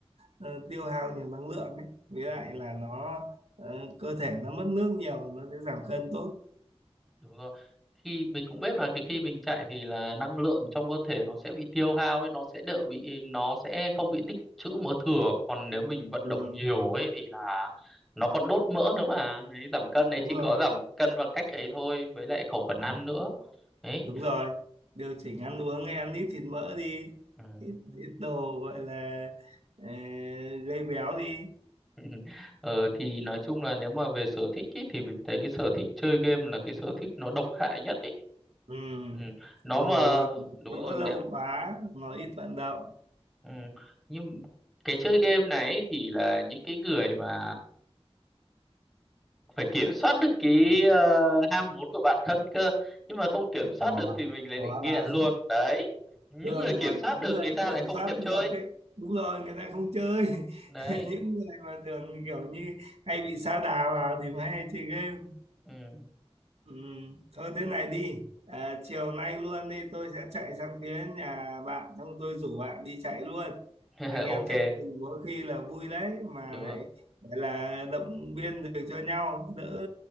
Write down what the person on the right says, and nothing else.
ờ, tiêu hao nhiều năng lượng ấy với lại
là nó ờ, cơ thể nó mất nước nhiều nó sẽ giảm cân tốt
ừ,
đúng
rồi
Ờ.
đúng rồi điều chỉnh ăn uống hay ăn ít thịt mỡ đi
ít ít đồ gọi là ờ, gây béo đi
ừ.
ngồi
lì một
chỗ
lâu quá ngồi ít vận động
khó
khó
lắm
đường
mà
người
kiểm
soát
được đấy đúng rồi người ta không chơi <laughs>
những người mà thường kiểu như hay bị sa đà vào thì mới hay chơi game
Ừ, thôi thế này đi à, chiều nay luôn đi tôi sẽ chạy sang phía nhà bạn xong tôi rủ bạn đi chạy luôn
anh em
chạy cùng có khi là vui đấy mà
lại
gọi là động viên được cho nhau đỡ